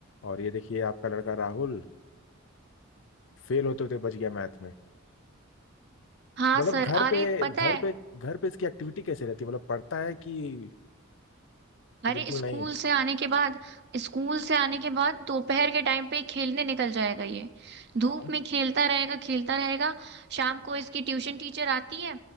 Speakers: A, on the left; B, on the right.
A: और ये देखिए आपका लड़का राहुल फेल होते होते बच गया मैथ में
B: हाँ
A: मतलब
B: सर
A: घर
B: अरे
A: पे
B: पता
A: घर
B: है
A: पे घर पे इसकी एक्टिविटी कैसे रहती है मतलब पढ़ता है कि कि
B: अरे
A: बिल्कुल
B: स्कूल
A: नहीं
B: से आने के बाद स्कूल से आने के बाद दोपहर के टाइम पे ही खेलने निकल जाएगा ये धूप
A: हाँ
B: में खेलता रहेगा खेलता रहेगा शाम को इसकी ट्यूशन टीचर आती है